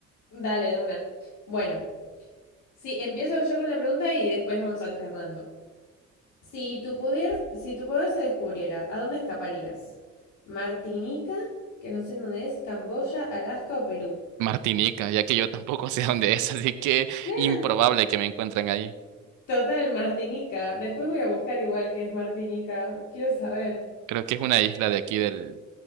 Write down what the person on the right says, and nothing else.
Martinica, ya que yo tampoco <laughs> sé dónde es, así que
improbable que me encuentren ahí.
Creo que es una isla de aquí del,